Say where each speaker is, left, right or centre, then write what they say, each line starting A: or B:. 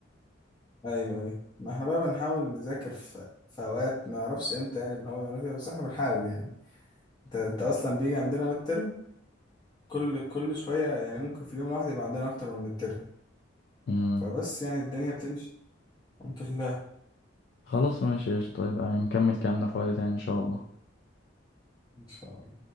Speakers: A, on the left (about 20°); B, on the left (about 55°).
A: أيوه أيوه ما احنا بقى بنحاول نذاكر في, في أوقات ما أعرفش إمتى يعني بنحاول نعمل فيها بس احنا بنحاول يعني انت, انت أصلا بيجي عندنا ميد ترم كل كل شوية يعني ممكن في اليوم الواحد يبقى عندنا أكتر من ميد ترم،
B: امم
A: فبس يعني الدنيا بتمشي الحمد لله
B: خلاص ماشي قشطة، طيب نكمل كلامنا في وقت تاني ان شاء الله
A: ان شاء الله